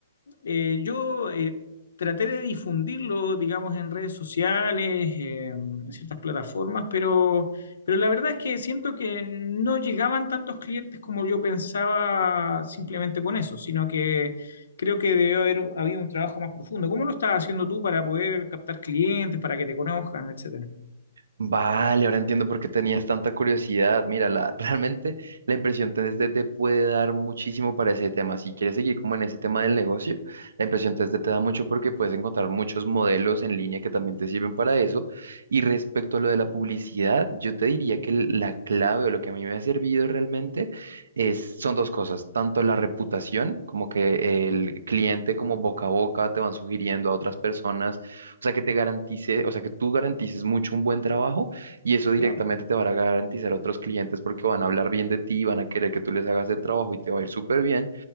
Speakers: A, on the left; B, on the right.
A: eh, yo eh, traté de difundirlo, digamos, en redes sociales, eh, en ciertas plataformas, pero, pero la verdad es que siento que no llegaban tantos clientes como yo pensaba simplemente con eso, sino que creo que debió haber habido un trabajo más profundo. ¿Cómo lo estás haciendo tú para poder captar clientes, para que te conozcan, etcétera?
B: Vale, ahora entiendo por qué tenías tanta curiosidad. Mira, la, <laughs> realmente la impresión 3D te puede dar muchísimo para ese tema. Si quieres seguir como en ese tema del negocio, la impresión 3D te da mucho porque puedes encontrar muchos modelos en línea que también te sirven para eso. Y respecto a lo de la publicidad, yo te diría que l- la clave o lo que a mí me ha servido realmente es, son dos cosas, tanto la reputación, como que el cliente como boca a boca te van sugiriendo a otras personas o sea, que te garantice, o sea, que tú garantices mucho un buen trabajo y eso directamente
A: Claro.
B: te va a garantizar a otros clientes porque van a hablar bien de ti, van a querer que tú les hagas el trabajo y te va a ir súper bien.